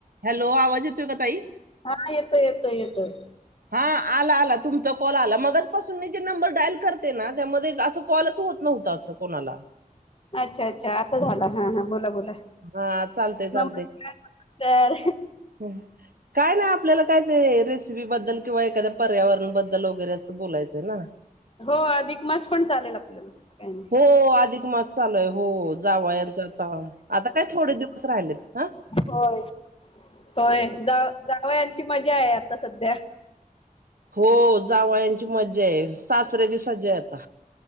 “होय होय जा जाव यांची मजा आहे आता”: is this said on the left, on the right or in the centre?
Left